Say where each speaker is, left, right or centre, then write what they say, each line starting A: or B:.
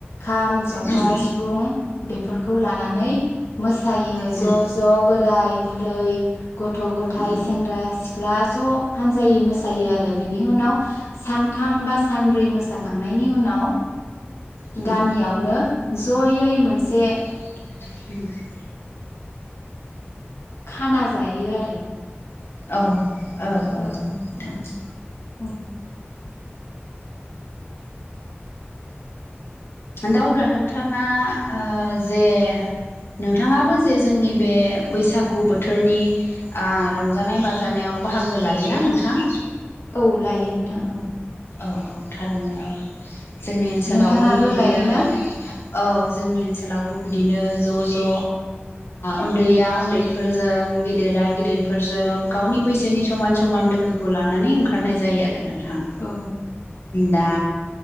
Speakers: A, on the left (about 80°); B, on the left (about 65°).
A: खाम जथा
B: उम
A: सिफुं बेफोर खौ लानानै मोसायो
B: उम
A: ज' ज' बोराय बुरै गथ'-गथाइ
B: उम
A: सेंग्रा-सिख्ला ज' हानजायै मोसायो आरो बिनि उनाव सानथाम बा सानब्रै मोसाखांनायनि उनाव
B: उम
A: गामियावनो जयै मोनसे
B: <unintelligible>
A: खाना जायो आरो
B: औ औ। औ
A: ओ
B: नोंथां
A: ओं औ।
B: दा अब्ला नोंथाङा ओ जे नोंथाङाबो जे जोंनि बे बैसागु बोथोरनि रंजानाय बाजानायाव बाहागो लायोना नोंथां?
A: औ लायो नोंथां औ
B: औ औ थारैनो औ जोंनि ओनसोलावबो
A: नोंथाङाबो
B: बिदिनो
A: लायोना
B: औ जोंनि ओनसो <unintelligible> बिदिनो ज' ज' उन्दैया उन्दैफोरजों गिदिरा गिदिरफोरजों गावनि बैसोनि समान समान लोगो खौ लानानै ओंखारनाय जायो आरो नोंथां
A: औ
B: दा